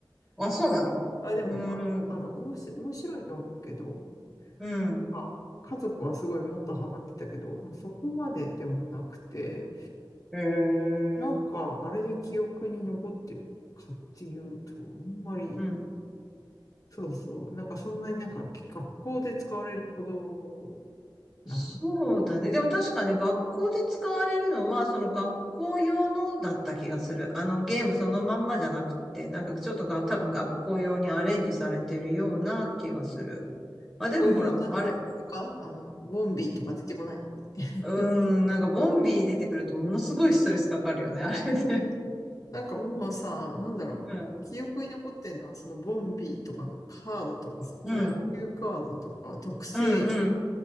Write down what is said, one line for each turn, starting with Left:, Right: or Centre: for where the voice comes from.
Centre: あ、そうなの。
Left: あ、でもまあ、
Centre: うーん。
Left: あの、おもし、面白いと思うけど、
Centre: うん。
Left: あ家族はすごいもっとハマってたけど、まあそこまででもなくて、
Centre: へえ。
Left: なんかあれで記憶に残ってるかっていうと、あんまり、
Centre: うん。
Left: そうそう、なんかそんなになんか学校で使われるほど
Centre: そうだね。
Left: なの
Centre: でも確かね、学校で使われるのは、その学校用のだった気がする。あの、ゲームそのまんまじゃなくて、なんかちょっとが、多分学校用にアレンジされてるような気がする。
Left: かっこよだったら、
Centre: あ、でもほら、あれ、
Left: あれかあの、ボンビーとか出てこないのかね。<laughs>
Centre: うーん、なんかボンビー出てくるとものすごいストレスかかるよね、あれで。
Left: なんかもうさ、なんだろう。
Centre: うん、
Left: 記憶に残ってるのは、そのボンビーとかのカードとかさ、
Centre: うん、
Left: 特急カードとか、特性、
Centre: うん、うん、